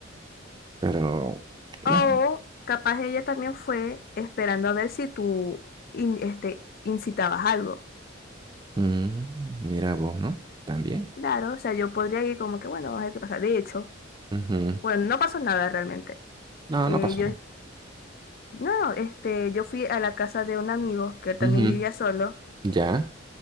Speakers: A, on the right (about 20°); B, on the left (about 45°).
A: Pero,
B: O
A: bueno,
B: capaz ella también fue esperando a ver si tú in- este, incitabas algo.
A: mm, mira vos, ¿no? También.
B: Claro, o sea, yo podría ir como que, bueno, vamos a ver qué pasa. De hecho,
A: Ujú.
B: bueno, no pasó nada realmente.
A: No,
B: Eh,
A: no pasó
B: yo,
A: nada.
B: no, este, yo fui a la casa de un amigo que también
A: Ujú.
B: vivía solo
A: Ya,